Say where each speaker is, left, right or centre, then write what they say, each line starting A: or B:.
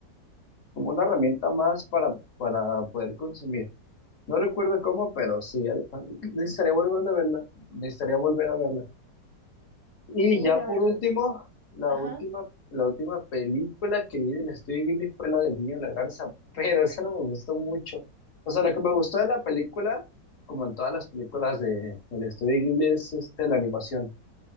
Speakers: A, on the left (about 50°); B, on the right (about 30°).
A: como una herramienta más para, para poder consumir. No recuerdo cómo, pero sí, al- al- necesitaría volver a verla, necesitaría volver a verla. Y
B: Sí,
A: ya
B: de
A: por
B: verdad.
A: último, la
B: Ajá.
A: última, la última película que vi del estudio Ghibli fue la del Niño y la Garza, <laughs> pero esa no me gustó mucho. O sea, lo que me gustó de la película como en todas las películas de, del estudio Ghibli es este, la animación.